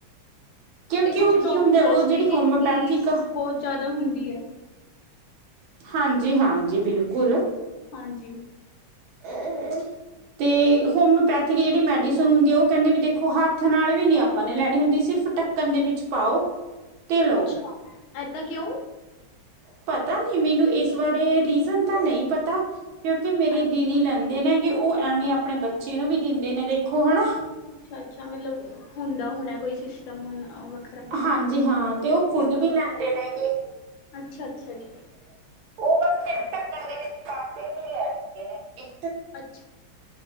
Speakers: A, on the right; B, on the left.
A: ਕਿਉਂਕਿ
B: ਤੇ ਕੁਛ
A: ਉਹ ਕੀ
B: ਡੋਕਟਰਸ
A: ਹੁੰਦਾ ਉਹ ਜਿਹੜੀ
B: ਦੀ ਵੀ
A: ਹੋਮਿਓਪੈਥਿਕ
B: ਫੀਸ ਬੋਤ ਜਾਦਾ ਹੁੰਦੀ ਏ।
A: ਹਾਂਜੀ- ਹਾਂਜੀ, ਬਿਲਕੁਲ।
B: ਹਾਂਜੀ।
A: <inaudible> ਤੇ ਹੋਮਿਓਪੈਥਿਕ ਜੇੜੀ ਮੈਡੀਸਨ ਹੁੰਦੀ ਏ ਓ ਕੈਂਦੇ ਨੇ ਵੀ ਦੇਖੋ ਹੱਥ ਨਾਲ ਵੀ ਨੀ ਆਪਾਂ ਨੇ ਲੈਣੀ ਹੁੰਦੀ ਸਿਰਫ ਢੱਕ ਕੰਨ ਦੇ ਵਿੱਚ ਪਾਓ। ਤੇ ਲਓ
B: ਅੱਛਾ! ਐਦਾਂ ਕਿਉਂ?
A: ਪਤਾ ਨੀ ਮੈਨੂੰ ਇਸ ਬਾਰੇ, ਰੀਜ਼ਨ ਤਾਂ ਨਈ ਪਤਾ। ਕਿਉਂਕਿ ਮੇਰੇ
B: ਅੱਛਾ,
A: ਦੀਦੀ ਲੈਂਦੇ ਨੇ ਗੇ ਓ ਐਵੇਂ ਅਪਣੇ ਬੱਚੇ ਨੂੰ ਵੀ ਦਿੰਦੇ ਨੇ, ਦੇਖੋ ਹਣਾ।
B: ਅੱਛਾ- ਅੱਛਾ। ਮਤਲਬ ਹੁੰਦਾ ਹੋਣਾ ਕੋਈ ਸਿਸਟਮ ਹੁਨ ਵੱਖਰਾ।
A: ਹਾਂਜੀ- ਹਾਂ। ਤੇ ਓ ਖੁਦ ਵੀ ਲੈਂਦੇ ਨੈ ਗੇ।
B: ਅੱਛਾ- ਅੱਛਾ ਜੀ।
A: ਓ ਬਸ ਫੇਰ ਢਕਨ ਦੇ ਵਿੱਚ ਪਾ ਕੇ ਹੀ ਲੈਦੇ ਨੇ ਗੇ।
B: ਅੱਛ